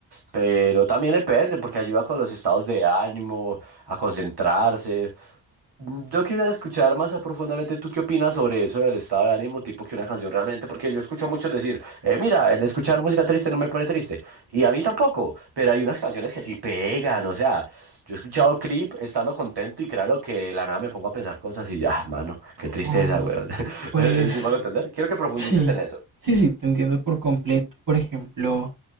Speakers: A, on the right; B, on the right.
A: pero también depende, porque ayuda con los estados de ánimo, a concentrarse. Yo quisiera escuchar más a profundamente tú qué opinas sobre eso del estado de ánimo, tipo que una canción realmente, porque yo escucho a muchos decir, eh, mira, el escuchar música triste no me pone triste, y a mí tampoco, pero hay unas canciones que sí pegan, o sea, yo he escuchado Creep estando contento y créalo que de la nada me pongo a pensar cosas y ya, mano, qué tristeza,
B: Oh,
A: weón. <laughs>
B: pues
A: Sí, me van a entender. Quiero que profundices
B: sí,
A: en eso.
B: sí, sí, te entiendo por completo. Por ejemplo,